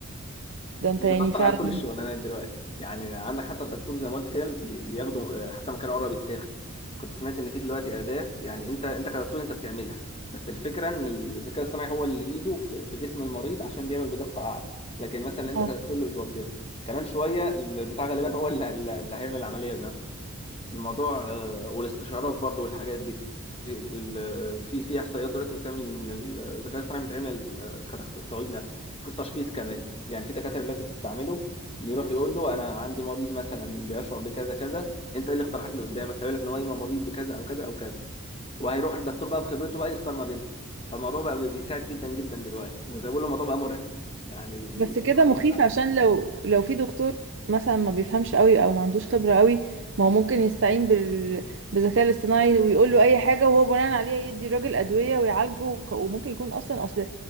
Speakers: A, on the right; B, on the left.
A: ده انت
B: هي
A: يعني
B: بتأثر
A: فعلا
B: على كل الشغلانات دلوقتي يعني عندك حتى الدكتور زي ما قلت كده بي- بياخدوا آه، حتى مكان قرب يتاخد كنت سمعت ان في دلوقتي أداة يعني انت انت كدكتور انت بتعملها بس الفكرة ان الذكاء الاصطناعي هو اللي ايده في في جسم المريض عشان بيعمل بدقة اعلى لكن مثلا انت
A: اه
B: كدكتور اللي بتوجهه كمان شوية البتاع غالبا هو اللي اللي- اللي هيعمل العملية بنفسه الموضوع آه، والاستشارات برضو والحاجات دي في ال- في في احصائيات دلوقتي بتعمل إن الذكاء الاصطناعي بيتعمل آه، كدكتور طبيب نفسي في التشخيص كمان يعني في دكاتره دلوقتي بتستعمله إنه يروح يقول له انا عندي مريض مثلا بيشعر بكذا كذا انت ايه الاقتراحات اللي قدامك هيقول لك ان هو يا إما مريض بكذا او كذا او كذا وهيروح الدكتور بقى بخبرته بقى يختار ما بينهم فالموضوع بقى بي- بيساعد جدا جدا دلوقتي وزي ما بقول الموضوع بقى مرعب يعني ال-
A: بس
B: ال-
A: كده
B: الواحد
A: مخيف
B: يخاف على
A: عشان
B: نفسه
A: لو لو في دكتور مثلا ما بيفهمش قوي او ما عندوش خبرة قوي ما هو ممكن يستعين بال... بالذكاء الاصطناعي ويقول له اي حاجة وهو بناء عليها يدي الراجل أدوية ويعالجه وخ- وممكن يكون اصلا اصل